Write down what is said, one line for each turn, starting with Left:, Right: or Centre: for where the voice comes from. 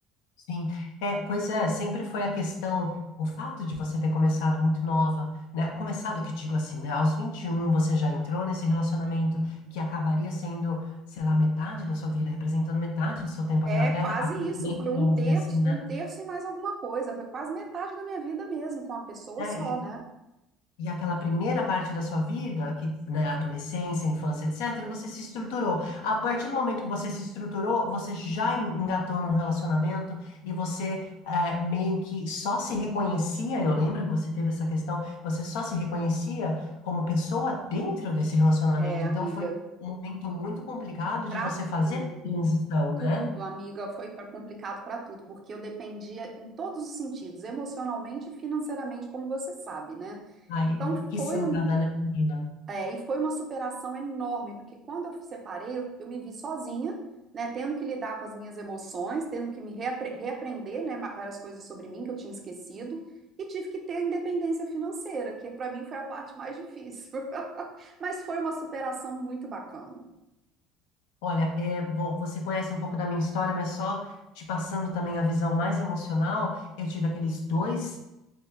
Left: Sim, é, pois é, sempre foi a questão, o fato de você ter começado muito nova, né? Começado, que digo assim, né? Aos 21 você já entrou nesse relacionamento que acabaria sendo, sei lá, metade da sua vida, representando metade do seu tempo
Right: É
Left: aqui na Terra,
Right: quase
Left: até,
Right: isso, foi
Left: vamos
Right: um terço,
Left: dizer assim, né?
Right: um terço e mais alguma coisa, foi quase metade da minha vida mesmo, com uma pessoa
Left: né,
Right: só, né?
Left: E aquela primeira parte da sua vida, que, né, adolescência, infância, etc., você se estruturou. A partir do momento que você se estruturou, você já engatou num relacionamento e você eh, meio que só se reconhecia. Eu lembro que você teve essa questão, você só se reconhecia como pessoa dentro desse relacionamento.
Right: É, amiga,
Left: Então foi um momento muito complicado
Right: pra
Left: de você fazer
Right: tudo,
Left: a transição, né?
Right: tudo, amiga, foi pra- complicado pra tudo, porque eu dependia em todos os sentidos, emocionalmente e financeiramente, como você sabe, né?
Left: Ai,
Right: Então
Left: que
Right: foi
Left: cilada,
Right: um
Left: né, menina?
Right: É, e foi uma superação enorme, porque quando eu separei, eu, eu me vi sozinha, né, tendo que lidar com as minhas emoções, tendo que me reapre- reaprender, né, ma- várias coisas sobre mim que eu tinha esquecido, e tive que ter independência financeira, que para mim foi a parte mais difícil. <laughs> Mas foi uma superação muito bacana.
Left: Olha, é bom, você conhece um pouco da minha história, mas só te passando também a visão mais emocional, eu tive aqueles dois,